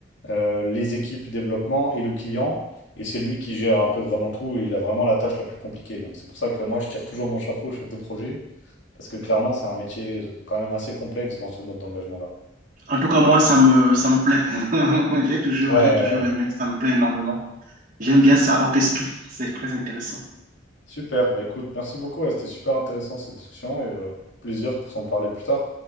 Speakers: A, on the left; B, on the right.
A: euh, les équipes développement et le client. Et c'est lui qui gère un peu vraiment tout. Il a vraiment la tâche la plus compliquée. Donc, c'est pour ça que moi, je tire toujours mon chapeau au chef de projet parce que, clairement, c'est un métier euh, quand même assez complexe dans ce mode d'engagement-là.
B: En tout cas, moi, ça me, ça me plaît. <laughs> J'ai toujours,
A: Ouais,
B: j'ai
A: ouais,
B: toujours
A: ouais.
B: aimé. Ça me plaît énormément. J'aime bien ça orchestré. C'est très intéressant.
A: Super, bah écoute, merci beaucoup, ouais, c'était super intéressant cette discussion et euh, plaisir pour s'en parler plus tard.